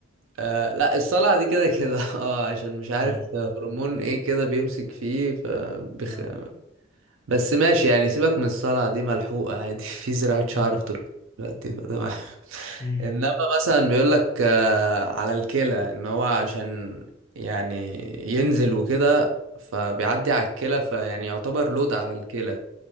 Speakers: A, on the right (about 80°); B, on the left (about 15°).
A: آه لا الصلع دي كده كده <laughs> اه عشان مش عارف
B: اه
A: هرمون ايه كده بيمسك فيه فبخ...
B: اه
A: بس ماشي يعني سيبك من الصلع دي ملحوقة عادي <laughs> في زراعة شعر
B: مم.
A: في تركيا دلوقتي فتمام <laughs>
B: مم.
A: انما مثلا بيقول لك آه على الكلى ان هو عشان يعني ينزل وكده فبيعدي على الكلى فيعني يعتبر لود على الكلى